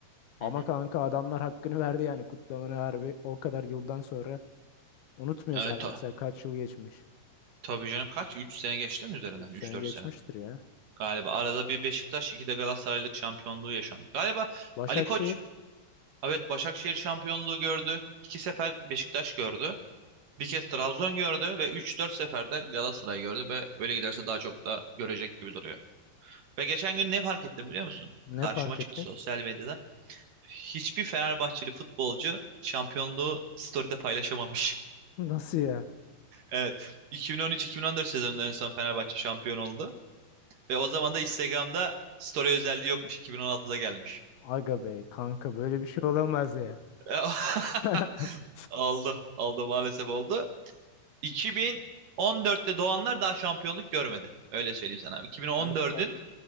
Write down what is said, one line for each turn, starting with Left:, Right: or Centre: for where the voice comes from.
Left: Ama
Right: hı hı.
Left: kanka adamlar hakkını verdi yani kutlamanın harbi o kadar yıldan sonra unutmuyoruz
Right: Evet,
Left: hala
Right: ta-
Left: mesela kaç yıl geçmiş.
Right: tabii canım kaç 3 sene geçti mi üzerinden?
Left: 3 sene
Right: 3-4
Left: geçmiştir
Right: sene.
Left: ya.
Right: Galiba arada bir Beşiktaş, iki de Galatasaraylık şampiyonluğu yaşandı. Galiba
Left: Başakşehir
Right: Ali Koç evet Başakşehir şampiyonluğu gördü. İki sefer Beşiktaş gördü. Bir kez Trabzon gördü ve 3-4 sefer de Galatasaray gördü ve böyle giderse daha çok da görecek gibi duruyor. Ve geçen gün ne fark ettim biliyor musun?
Left: ne
Right: Karşıma
Left: fark
Right: çıktı
Left: ettin?
Right: sosyal medyada. Hiçbir Fenerbahçeli futbolcu şampiyonluğu story'de paylaşamamış. <laughs>
Left: <laughs> Nasıl ya?
Right: Evet. 2013-2014 sezonunda en son Fenerbahçe şampiyon oldu. Ve o zaman da Instagram'da story özelliği yokmuş. 2016'da gelmiş.
Left: Aga bey kanka böyle bir şey olamaz ya.
Right: <laughs>
Left: <laughs>
Right: Oldu. Oldu maalesef oldu. 2014'te doğanlar daha şampiyonluk görmedi. Öyle söyleyeyim sana. 2014'ün
Left: Kanka